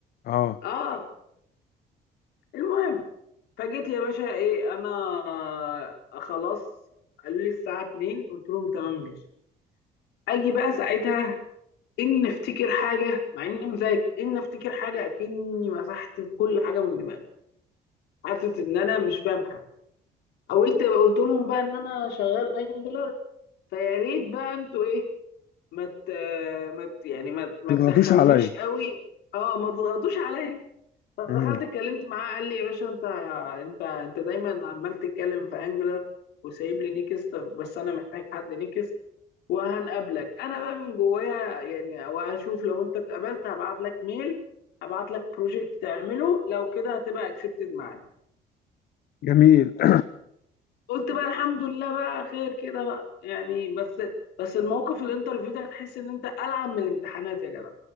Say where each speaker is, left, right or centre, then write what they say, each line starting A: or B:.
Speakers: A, on the left; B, on the left.
A: اه
B: اه المهم فجيت يا باشا ايه انا خلاص قالوا لي الساعه 2 قلت لهم تمام ماشي اجي بقى ساعتها ان افتكر حاجه مع اني مذاكر ان افتكر حاجه اكني مسحت كل حاجه من دماغي حاسس ان انا مش فاهم حاجه قلت قلت لهم بقى ان انا شغال انجلر فيا ريت بقى انتوا ايه ما مت ما ت- يعني ما ت- ما
A: تضغطوش
B: تدخلونيش
A: عليا
B: قوي اه ما تضغطوش عليا فدخلت
A: مم.
B: اتكلمت معاه قال لي يا باشا انت انت انت دايما عمال تتكلم في انجلر وسايب لي نيكست بس انا محتاج حد نيكست وهنقابلك انا بقى من جوايا يعني وهشوف لو انت اتقبلت هبعت لك ميل هبعت لك بروجكت تعمله لو كده هتبقى اكسبتد معانا
A: جميل <coughs>
B: قلت بقى الحمد لله بقى خير كده بقى يعني بس بس الموقف الانترفيو ده هتحس ان انت ألعب من الامتحانات يا جدع